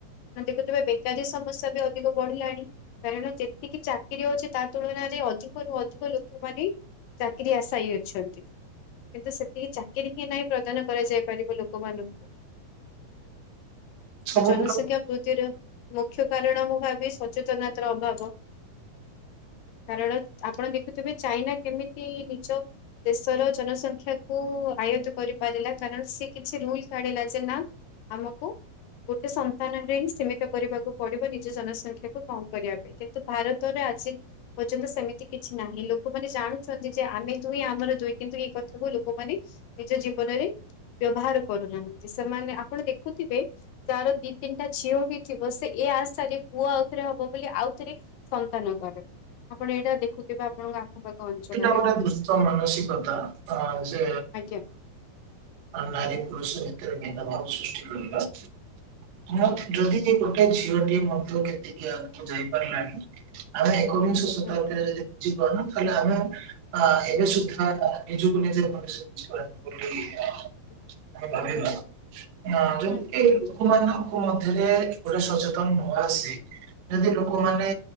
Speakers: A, on the left; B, on the right.
A: ଦେଖୁଥିବେ ବେକାରୀ ସମସ୍ୟା ବି ଅଧିକ ବଢିଲାଣି କାରଣ ଯେତିକି ଚାକିରି ଅଛି ତା ତୁଳନାରେ ଅଧିକରୁୁ ଅଧିକ ଲୋକମାନେ ଚାକିରି ଆଶାୟୀ ଅଛନ୍ତି କିନ୍ତୁ ସେତିକି ଚାକିରି ହିଁ ନାହିଁ ପ୍ରଦାନ କରାଯାଇ ପାରିବ ଲୋକମାନଙ୍କୁ
B: ସବୁ
A: ଆ ଜନସଂଖ୍ୟା
B: ଗୋଟେ ଏଇଟା
A: ବୃଦ୍ଧିର ମୁଖ୍ୟ କାରଣ ମୁଁ ଭାବି ସଚେତନତାର ଅଭାବ କାରଣ ଆପଣ ଦେଖୁଥିବେ ଚାଇନା କେମିତି ନିଚ ଦେଶର ଜନସଂଖ୍ୟାକୁୁ ଆୟତ କରିପାରିଲା କାରଣ ସିଏ କିଛି ରୁଲ କାଢିଲା ଯେ ନା ଆମକୁ ଗୋଟେ ସନ୍ତାନରେ ହିଁ ସୀମିତ କରିବାକୁ ପଡିବ ନିଜ ଜନସଂଖ୍ୟାକୁୁ କମ କରିବା ପାଇଁ କିନ୍ତୁ ଭାରତରେ ଆଜି ପର୍ଯ୍ୟନ୍ତ ସେମିତି କିଛି ନାହିଁ ଲୋକମାନେ ଜାଣୁ ଯେ ଆମେ ଦୁଇ ଆମର ଦୁଇ କିନ୍ତୁ ଏଇ କଥାକୁ ଲୋକମାନେ ନିଜ ଜୀବନରେ ବ୍ୟବହାର କରୁନାହାନ୍ତି ସେମାନେ ଆପଣ ଦେଖୁଥିବେ ଯାର ଦି ତିନିଟା ଝିଅ ହେଇଥିବ ସେ ଏ ଆଶା ରେ ପୁଅ ଆଉଥରେ ହବ ବୋଲି ଆଉଥରେ ସନ୍ତାନ କରେ ଆପଣ ଏଇଟା ଦେଖୁଥିବେ ଆପଣଙ୍କ ଆଖପାଖ ଅଞ୍ଚଳରେ
B: ଟା ଗୋଟେ ଦୁ ମାନସିକତା ଯେ
A: ଆଜ୍ଞା
B: ଆ ନାରୀ ପୁରୁଷ ଭିତରେ ଭିନ ଭାବ ସୃଷ୍ଟି କରିବା
A: ଆଜ୍ଞା
B: ଯଦି ଗୋଟେ ଝିଅଟିଏ ମଧ୍ୟ କେତିକି ଆଗକୁ ଯାଇପାରିଲାଣି ଆମେ ଏକବିଂଶ ଶତାବ୍ଦୀରେ
A: ହୁଁ
B: ଯଦି ବୁଝିବ ନା ତାହେଲେ ଆମେ ଅ ଏବେ ସୁଦ୍ଧା ନିଜକୁ ମ <unintelligible>
A: ହୁଁ
B: ତାକୁ ବାଡେଇ
A: ଆଜ୍ଞା
B: ଦବା। ନା ଯୋମିତି
A: ହୁଁ
B: ଏଇ ଲୋକମାନାନଙ୍କ ମଧ୍ୟରେ ଗଟେ ସଚେତନ ନ ଆସିଛି ଯଦି ଲୋକମାନେ